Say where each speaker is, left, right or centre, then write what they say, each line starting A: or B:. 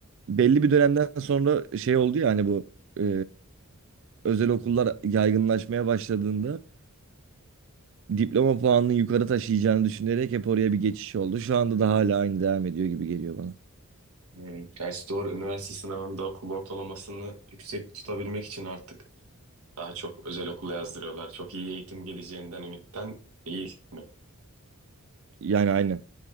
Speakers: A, on the right; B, on the right.
A: belli bir dönemden sonra şey oldu ya hani bu e, özel okullar yaygınlaşmaya başladığında diploma puanını yukarı taşıyacağını düşünerek hep oraya bir geçiş oldu. Şu anda da hala aynı devam ediyor gibi geliyor bana.
B: Hmm, Gerçi doğru üniversite sınavında okul ortalamasını yüksek tutabilmek için artık daha çok özel okula yazdırıyorlar. Çok iyi eğitim geleceğinden ümitten değil mi?
A: Yani aynen.